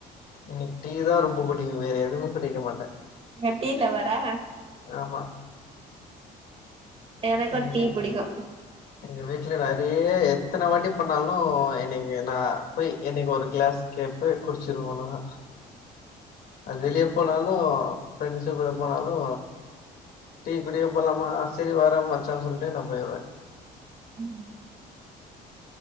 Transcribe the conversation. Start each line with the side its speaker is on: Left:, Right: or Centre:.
Left: ங்க டீ தா ரொம்போ புடிக்கு வேற எதுவுமே குடிக்க மாட்டே
Right: நீங்க டீ லவ்வரா
Left: ஆமா
Right: எனக்கு
Left: எங்க
Right: டீ
Left: வீ
Right: பிடிக்கு
Left: எங்க வீட்டுல நெறைய எத்தன வாட்டி ப்பனாலு எனக்கு நா இப்ப எனக்கு ஒரு கிளாஸ் கேப்ப குடிச்சிருவே அவ்ளதா அது வெளிய போனாலு ஃபிரண்ட்ஸ்சு கூட போனாலு டீ குடிக்க போலாமா செரி வர மச்சான் சொல்லிட்டு நா போயிருவே
Right: உம்